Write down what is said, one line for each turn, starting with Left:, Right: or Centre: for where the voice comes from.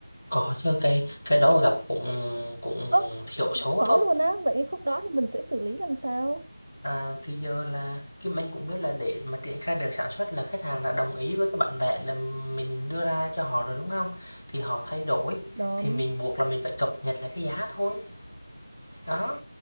Left: Có chứ, cái cái đó gặp cũng cũng
Right: ơ
Left: thiểu số
Right: có
Left: thôi.
Right: luôn á vậy cái khúc đó thì mình sẽ xử lý làm sao
Left: À, thì giờ là kim anh cũng biết là để mà triển khai được sản xuất là khách hàng đã đồng ý với cái bản vẽ là mình đưa ra cho họ rồi, đúng không Thì họ thay đổi,
Right: đúng
Left: thì mình buộc là mình phải cập nhật lại cái giá thôi. Đó,